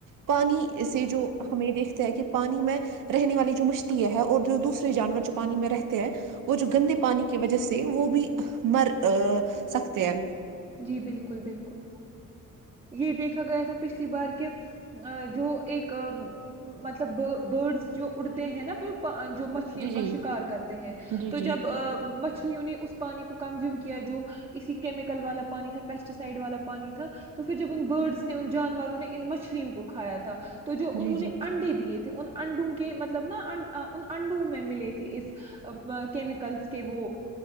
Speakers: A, on the right (about 70°); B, on the right (about 20°).
A: پانی سے جو ہمیں یہ دیکھتے ہے کہ پانی میں رہنے والی جو مشتی ہے ہے اور جو دوسرے جانور جو پانی میں رہتے ہیں وہ جو گندے پانی کی وجہ سے وہ بھی مر سکتے ہیں
B: جی بالکل بالکل یہ دیکھا گیا تھا پچھلی بار کہ جو ایک مطلب برڈس جو اڑتے ہیں نا مچھلوں
A: جی جی
B: کا شکار کرتے ہیں
A: جی
B: تو
A: جی
B: جب مچھلیوں نے اس پانی کو کنزیوم کیا جو اسی کیمیکل والا پانی تھا پیسٹیسائڈ والا پانی تھا تو پھر جب ان برڈس نے ان جانوروں نے ان مچھلیوں کو کھایا تھا تو جو انہوں
A: جی جی
B: نے انڈے دیے تھے ان انڈو کے مطلب نا ان انڈو میں ملے تھے اس کیمیکلس کے وہ